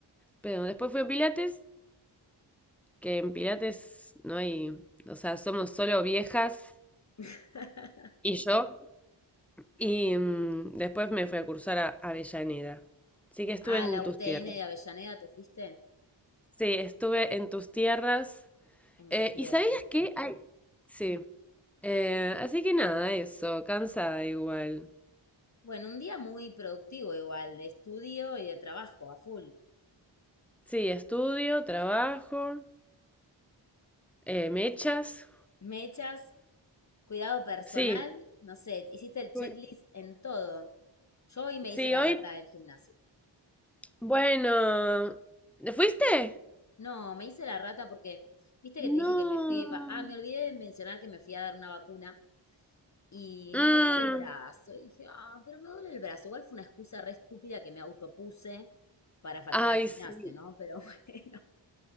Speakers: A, in the centre; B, on the left.
A: Pero después fue Pilates, que en Pilates no hay, o sea, somos solo viejas
B: <laughs>
A: y yo. Y mm, después me fui a cursar a Avellaneda. Así que estuve
B: Ah,
A: en
B: la
A: tus
B: UTN
A: tierras.
B: de Avellaneda, ¿te fuiste?
A: Sí, estuve en tus tierras.
B: En mis
A: Eh,
B: tierras.
A: ¿y sabías que
B: Ujú.
A: hay? Sí. Eh, así que nada, eso, cansada igual.
B: Bueno, un día muy productivo igual, de estudio y de trabajo, a full.
A: Sí, estudio, trabajo, eh, mechas.
B: Mechas, cuidado personal,
A: Sí,
B: no sé, hiciste el checklist
A: fui-
B: en todo. Yo hoy me
A: sí,
B: hice la
A: hoy.
B: rata del gimnasio.
A: Bueno, ¿fuiste?
B: No, me hice la rata porque, viste que te dije
A: No.
B: que me fui, va- ah, me olvidé de mencionar que me fui a dar una vacuna Y
A: Mm,
B: me dolía el brazo. Y dije, ah, pero me duele el brazo. Igual fue una excusa re estúpida que me autopuse para faltar
A: ay,
B: al gimnasio,
A: sí.
B: ¿no? Pero <laughs> bueno,